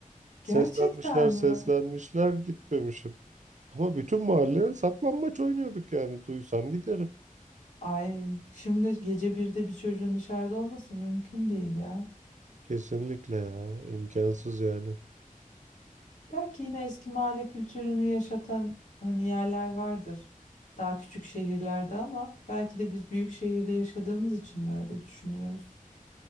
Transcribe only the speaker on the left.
Gerçekten mi?
Ay, şimdi gece birde bir çocuğun dışarıda olması mümkün değil ya.
Belki yine eski mahalle kültürünü yaşatan hani yerler vardır. Daha küçük şehirlerde ama belki de biz büyük şehirde yaşadığımız için mi öyle düşünüyoruz?